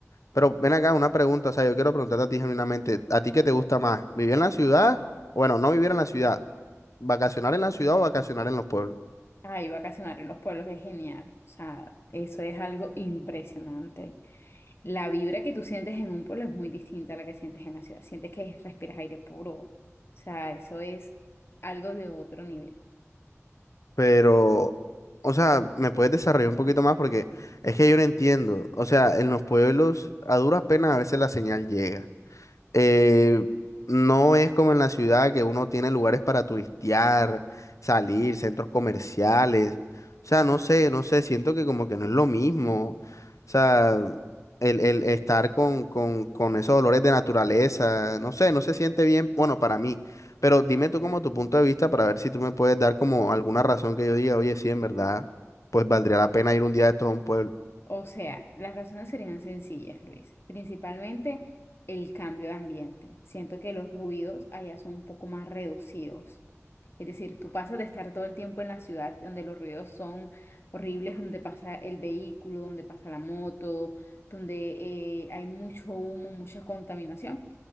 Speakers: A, on the left; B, on the left.
A: Pero ven acá una pregunta, o sea, yo quiero preguntarte a ti genuinamente, ¿a ti qué te gusta más? ¿Vivir en la ciudad? Bueno, no vivir en la ciudad, vacacionar en la ciudad o vacacionar en los pueblos.
B: Ay, vacacionar en los pueblos es genial, o sea, eso es algo impresionante. La vibra que tú sientes en un pueblo es muy distinta a la que sientes en la ciudad, sientes que respiras aire puro, o sea, eso es algo de otro nivel.
A: Pero, o sea, ¿me puedes desarrollar un poquito más? Porque es que yo no entiendo. O sea, en los pueblos a duras penas a veces la señal llega. eh, no es como en la ciudad que uno tiene lugares para turistear, salir, centros comerciales. O sea, no sé, no sé, siento que como que no es lo mismo. O sea, el, el estar con, con, con
B: Ok.
A: esos olores de naturaleza, no sé, no se siente bien, bueno, para mí. Pero dime tú como tu punto de vista para ver si tú me puedes dar como alguna razón que yo diga, oye, sí, en verdad, pues valdría la pena ir un día de estos a un pueblo.
B: O sea, las razones serían sencillas, Luis, principalmente el cambio de ambiente. Siento que los ruidos allá son un poco más reducidos. Es decir, tú pasas de estar todo el tiempo en la ciudad donde los ruidos son horribles, donde pasa el vehículo, donde pasa la moto, donde eh, hay mucho humo, mucha contaminación,